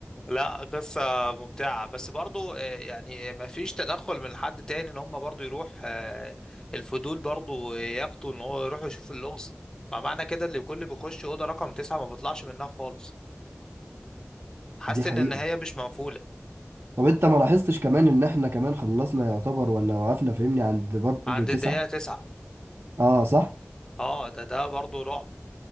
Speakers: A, on the left; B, on the right.
A: لا قصة ممتعة بس برضو آه، يعني ما فيش تدخل من حد تاني ان هم برضو يروح آه، الفضول برضو يقتوا ان هو يروح يشوف اللغز مع معنى كده اللي كل بيخش أوضة رقم تسعة ما بيطلعش منها خالص حاسس
B: دي حقيقة
A: ان النهاية مش مقفولة
B: طب انت ما لاحظتش كمان ان احنا كمان خلصنا يعتبر ولا وقفنا فهمني عند برضه
A: عند
B: تسعة
A: الدقيقة تسعة
B: اه صح
A: اه ده ده برضو رعب